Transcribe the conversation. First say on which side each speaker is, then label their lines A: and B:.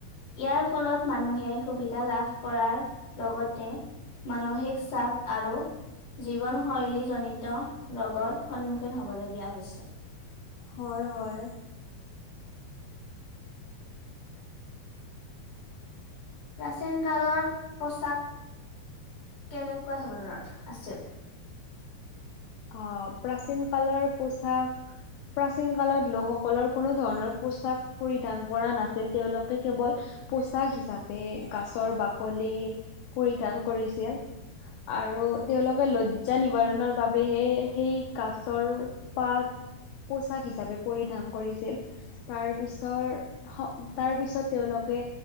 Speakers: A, on the left; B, on the left.
A: ইয়াৰ ফলত মানুহে সুবিধা লাভ কৰাৰ লগতে মানসিক চাপ আৰু জীৱনশৈলী জনিত ৰোগৰ সন্মুখীন হ'ব লগীয়া হৈছে।
B: হয়, হয়।
A: প্ৰাচীন কালৰ পোচাক কেনেকুৱা ধৰণৰ আছিল?
B: অ', প্ৰাচীন কালৰ পোচাক প্ৰাচীন কালত লোকসকলৰ কোনো ধৰণৰ পোচাক পৰিধান কৰা নাছিল, তেওঁলোকে কেৱল পোচাক হিচাপে গছৰ বাকলি পৰিধান কৰিছিল। আৰু তেওঁলোকে লজ্জা নিবাৰণৰ বাব বেহে সেই গছৰ পাত পোচাক হিচাপে পৰিধান কৰিছিল। তাৰ পিছৰ তাৰ পিছত তেওঁলোকে